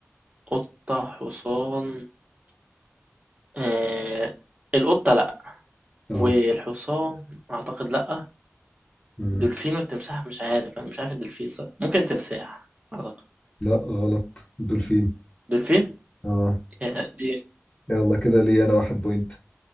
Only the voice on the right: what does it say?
قطة حصان آه... القطة لأ
والحصان أعتقد لأ
دولفين والتمساح مش عارف انا مش عارف الدولفين صح ممكن تمساح اعتقد
دولفين
يا دي